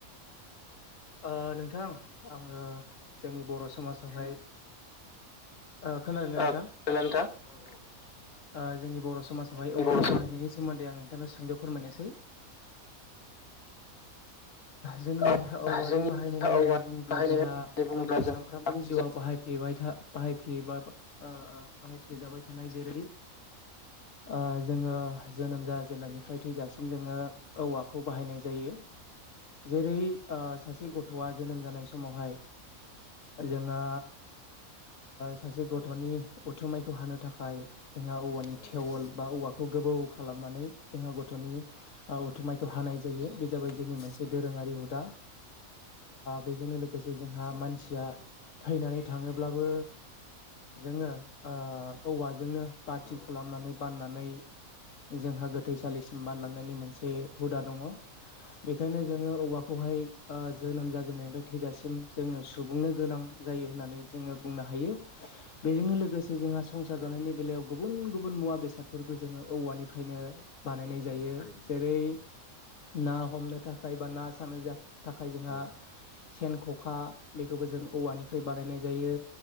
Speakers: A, on the left (about 60°); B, on the left (about 80°).
A: ओ नोंथां आङो जोंनि बर' समाजावहाय ओ खोनादों ना नों
B: थां औ औ
A: ओ जोंनि बर' समाजावहाय औवानि
B: बर' समाज
A: बाहायनायनि सोमोन्दै आं नोंथांनाव सुंद' फोरमायनोसै जोंनि
B: औ
A: औवानि
B: जोंनि
A: बाहायनाय होननानै
B: औवा
A: बुङोब्ला
B: बाहायनाय
A: जोंहा
B: होननानै बुङोब्ला
A: जोंनि
B: जों
A: सानफ्रामबोनि
B: औ औ
A: जिउआव बाहायफ्लेबाय बाहायफेबाबा ओ ओ बाहायफ्लेजाबाय थानाय जेरै ओ जोङो जोनोम
B: औ
A: जाजेननायनिफ्राय
B: थारैनो
A: थैजासिम जोङो औवाखौ बाहायनाय जायो जेरै सासे
B: औ
A: गथ'आ
B: नंगौ
A: जोनोम
B: थारैनो
A: जानाय समावहाय जोङो सासे गथ'नि
B: औ
A: उथुमायखौ हानो थाखाय जोंहा औवानि
B: औ
A: थेवल
B: थारैनो
A: बा औवाखौ खौ गोबौ खालामनानै जोङो गथ'नि उथुमायखौ हानाय जायो
B: औ
A: बे जाबाय
B: थारैनो
A: जोंनि मोनसे दोरोङा हुदा बेजोंनो लोगोसे जोंहा
B: औ
A: मानसिया
B: नंगौ थारैनो
A: थैनानै थाङोब्लाबो जोङो ओ औवाजोंनो बाथि
B: औ
A: खालामनानै
B: औ
A: बाननानै जोंहा गोथैसालिसिम बानलांनायनि
B: थारैनो औ
A: मोनसे हुदा दङ बेखायनो जोङो औवाखौहाय ओ जोनोम
B: औ
A: जाजेननायनिफ्राय थैजासिम जोंङनो सुबुंनो गोनां जायो
B: नंगौ
A: होननानै जोङो बुंनो हायो बेजोंनो लोगोसे जोंहा संसार
B: औ
A: जानायनि बेलायाव गुबुन गुबुन मुवा बेसादफोरबो जोङो औवानिफ्रायनो बानायनाय
B: औ
A: जायो
B: नंगौ थारैनो
A: जेरै ना हमनो थाखाय बा ना सानो थाखाय जोंहा
B: औ
A: सेन ख'खा बेखौबो जों औवानिफ्राय बानायनाय जायो